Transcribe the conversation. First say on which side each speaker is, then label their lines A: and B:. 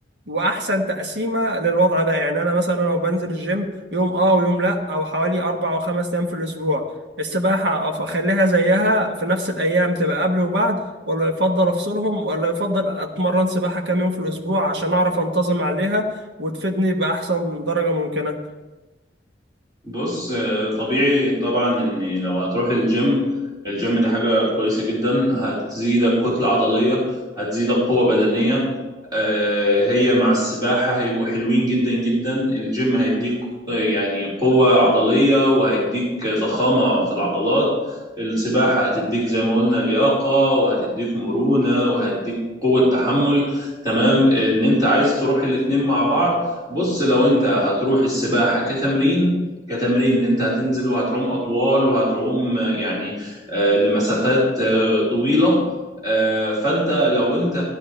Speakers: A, on the right; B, on the right.
A: واحسن تقسيمه للوضع ده يعني انا مثلا لو بنزل الجيم يوم اه ويوم لا او حوالي اربع او خمس ايام في الاسبوع السباحه أف- اخليها زيها في نفس الايام تبقى قبل وبعد ولا يفضل افصلهم ولا يفضل اتمرن سباحه كام يوم في الاسبوع عشان اعرف انتظم عليها وتفيدني باحسن درجه ممكنه
B: بص آه، طبيعي طبعا ان لو هتروح الجيم الجيم ده حاجة كويسة جدا هتزيدك كتلة عضلية هتزيدك قوة بدنية آه، هي مع السباحة هيبقوا حلوين جدا جدا الجيم هيديك آه، يعني قوة عضلية وهيديك ضخامة في العضلات السباحة هتديك زي ما قلنا لياقة وهتديك مرونة وهتديك قوة تحمل تمام ان انت عايز تروح الاتنين مع بعض بص لو انت هتروح السباحة كتمرين كتمرين ان انت هتنزل وهتعوم اطوال وهتعوم آه، يعني آه، لمسافات آه، طويلة آه، فانت لو انت